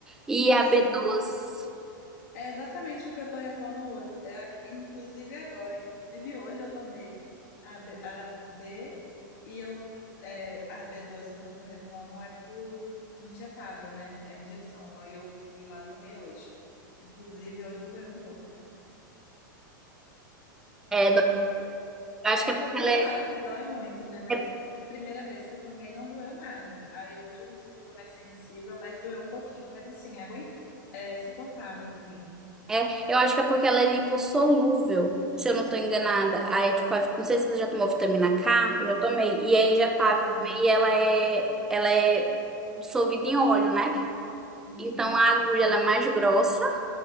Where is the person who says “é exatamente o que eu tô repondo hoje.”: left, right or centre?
Left